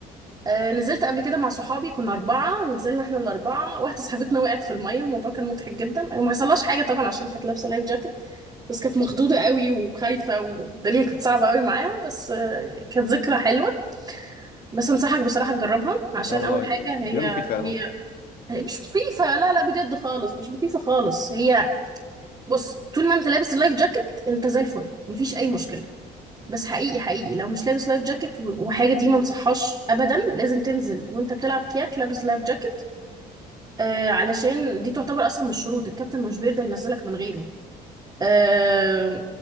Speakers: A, on the right; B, on the left.
A: آه، نزلت قبل كده مع صحابي كنا أربعة نزلنا احنا الأربعة واحدة صاحبتنا وقعت في المية الموضوع كان مضحك جدا وما حصلهاش حاجة طبعا عشان كانت لابسة لايف جاكيت بس كانت مخضوضة قوي وخايفة والدنيا كانت صعبة قوي معاها بس آه، كانت ذكرى حلوة بس أنصحك بصراحة تجربها عشان
B: اه الموضوع
A: أول
B: ي-
A: حاجة هي
B: يبان مخيف فعلا
A: هي
B: اه
A: هي مش مخيفة لا لا بجد خالص مش مخيفة خالص هي بص طول ما أنت لابس اللايف جاكيت أنت زي الفل مفيش أي مشكلة بس حقيقي حقيقي لو مش لابس لايف جاكيت و- وحاجه دي ما انصحهاش ابدا لازم تنزل وانت بتلعب كياك لابس لايف جاكيت آه علشان دي تعتبر اصلا من الشروط الكابتن مش بيرضى ينزلك من غيره آه